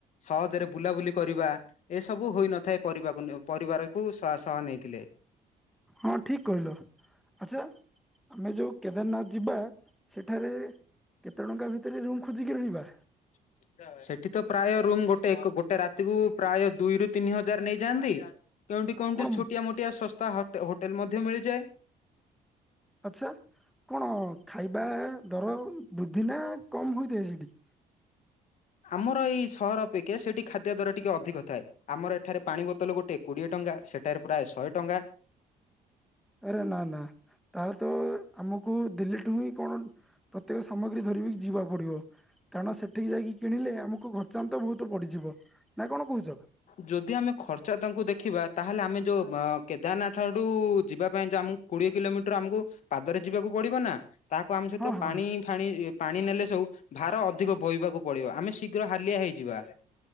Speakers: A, on the left (about 55°); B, in the centre.
A: ସହଜରେ ବୁଲାବୁଲି କରିବା ଏସବୁ ହୋଇନଥାଏ ପରିବାକୁ ନେଉ ପରିବାରକୁ ସ-ସହ ନେଇଥିଲେ।
B: ହଁ ଠିକ କହିଲ ଆଚ୍ଛା ଆମେ ଯୋଉ କେଦାରନାଥ ଯିବା, ସେଠାରେ କେତେ ଟଙ୍କା ଭିତରେ ରୁମ୍ ଖୋଜିକି ରହିବା?
A: <unintelligible> ସେଠି ତ ପ୍ରାୟ ରୁମ୍ ଗୋଟେ କୁ, ଗୋଟେ ରାତିକୁ ପ୍ରାୟ ଦୁଇରୁ ତିନି ହଜାର ନେଇଯାନ୍ତି। କେଉଁଠି କେଉଁଠି
B: କଣ
A: ଛୋଟିଆ ମୋଟିଆ ଶସ୍ତା ହଟେ ହୋଟେଲ ମଧ୍ୟ ମିଳିଯାଏ।
B: ଆଚ୍ଛା, କଣ ଖାଇବା ଦର ବୃଦ୍ଧି ନା କମ୍ ହୋଇଥାଏ ସିଠି?
A: ଆମର ଏଇ ସହର ଅପେକ୍ଷା ସେଇଠି ଖାଦ୍ୟ ଦର ଟିକେ ଅଧିକ ଥାଏ। ଆମର ଏଠାରେ ପାଣି ବୋତଲ ଗୋଟେ କୋଡିଏ ଟଙ୍କା ସେଠାରେ ପ୍ରାୟେ ଶହେ ଟଙ୍କା।
B: ଆରେ ନା ନା ତାହେଲେ, ତ ଆମକୁ ଦିଲ୍ଲୀଠୁ ହିଁ କଣ ପ୍ରତ୍ୟେକ ସାମଗ୍ରୀ ଧରିକି ଯିବାକୁ ପଡିବ। କାରଣ ସେଠିକି ଯାଇକି କିଣିଲେ ଆମୁକୁ ଖର୍ଚ୍ଚାନ୍ତ ବହୁତ ପଡିଯିବ। ନା କଣ କହୁଛ
A: ଯଦି ଆମେ ଖର୍ଚ୍ଚା ତାଙ୍କୁ ଦେଖିବା ତାହେଲେ ଆମେ ଯୋଉ ମ କେଦାରନାଥଠୁ ଯିବା ପାଇଁ ଯୋଉ ଆମୁକୁ କୋଡ଼ିଏ କିଲୋମିଟର ଆମୁକୁ ପାଦରେ ଯିବାକୁ ପଡିବ ନା ତାହାକୁ ଆମ ସହିତ
B: ହଁ ହଁ
A: ପାଣି ଫାଣି ପାଣି ନେଲେ ସବୁ ଭାର ଅଧିକ ବୋହିବାକୁ ପଡିବ, ଆମେ ଶୀଘ୍ର ହାଲିଆ ହେଇଯିବା।